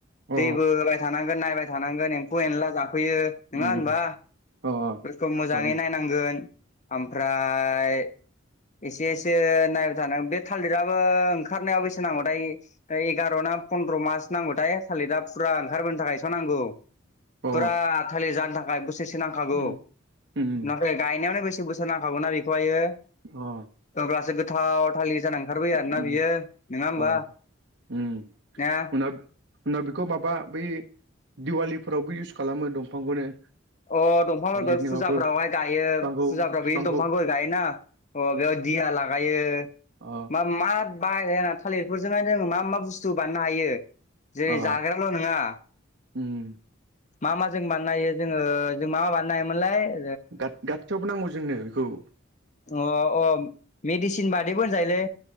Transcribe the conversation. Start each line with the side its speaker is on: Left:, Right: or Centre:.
Right: अ
Left: दैबो होबाय थानांगोन नायबाय थानांगोन <unintelligible> फौ एनला जाफैयो
Right: उम
Left: नङा होनबा
Right: अ
Left: बेखौ मोजाङै
Right: हायो
Left: नायनांगोन ओमफ्राय एसे एसे नायबाय थानोांग बे थालिराबो ओंखारनायाव बेसे नांगौ थाय ओ एगार' ना पन्द्र' मास नांगौथाय थालिरिरा फुरा ओंखारबोनो थाखायस' नांगौ
Right: अ
Left: फुरा थालिर जानो थाखाय बोसोरसे नांखागौ
Right: उम उम
Left: नाथाय गायनायावानो बेसे बोसोर नांखागौ ना बेखौहायो
Right: अ
Left: अब्लासो गोथाव थालिर जाना ओंखारबोयो आरो
Right: उम
Left: ना बियो नङा होमबा?
Right: अ उम
Left: ना
Right: उना उनाव बेखौ माबा बै दिवालिफोरावबो इउस खालामो दंफांखौनो
Left: अ दंफांफोरखौ
Right: थालिरनि
Left: फुजाफ्रावहाय
Right: माबाखौ
Left: गायो
Right: बिफांखौ
Left: फुजाफ्राव
Right: बिफांखौ
Left: बेनि दंफांफोर गायोना अ बेयाव दिहा ला गायो
Right: अ
Left: मा मा बाय थालिरफोरजोंहाय जों मा मा बुस्थु बाननो हायो जेरै
Right: अ
Left: जाग्राल' नङा
Right: उम
Left: मा मा जों बानायनो हो जोङो जों मा मा बानायनो होमोनलाय
Right: गार गाथसियावबो नांगौ जोंनो बेखौ
Left: अ अ मेडिसिन बादिबो होनजायोलै